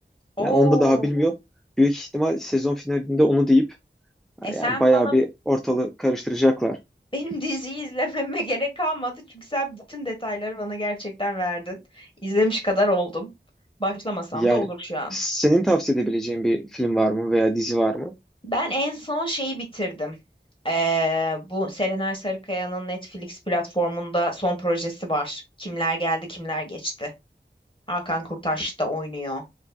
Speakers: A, on the left; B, in the centre.
A: Oo.
B: Yani onu da daha bilmiyor. Büyük ihtimal sezon finalinde onu deyip
A: E sen
B: Yani bayağı
A: bana
B: bir ortalığı karıştıracaklar.
A: benim <laughs> diziyi izlememe gerek kalmadı çünkü sen bütün detayları bana gerçekten verdin. İzlemiş kadar oldum. Başlamasam
B: Yani
A: da olur şu an.
B: senin tavsiye edebileceğin bir film var mı veya dizi var mı?
A: Ben en son şeyi bitirdim. Ee, bu Serenay Sarıkaya'nın Netflix platformunda son projesi var. Kimler geldi, kimler geçti. Hakan Kurtaş da oynuyor.